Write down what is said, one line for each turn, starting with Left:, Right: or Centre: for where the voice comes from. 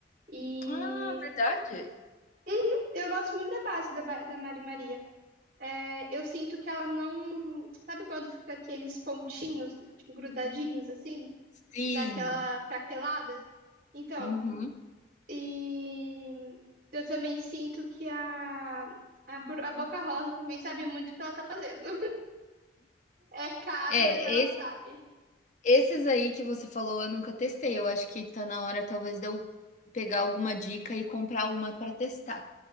Right: E.
Left: Ah, verdade?
Right: Uhum, eu gosto muito da base da, ba- da Mari Maria. É, eu sinto que ela não. Sabe quando fica aqueles pontinhos, tipo, grudadinhos, assim?
Left: Sim.
Right: Dá aquela craquelada? Então,
Left: Uhum.
Right: E eu também sinto que a, a, Bru- a Boca Rosa também sabe muito o que ela tá fazendo. <laughs> É caro,
Left: É,
Right: mas ela sabe.
Left: es esses aí que você falou eu nunca testei, eu acho que tá na hora talvez de eu pegar alguma dica e comprar uma para testar.